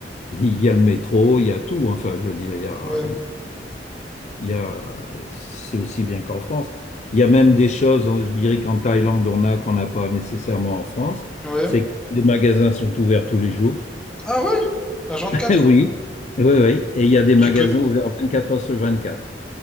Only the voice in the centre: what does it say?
Ouais,
ouais.
Ah ouais? La 24.
Donc,
tu peux...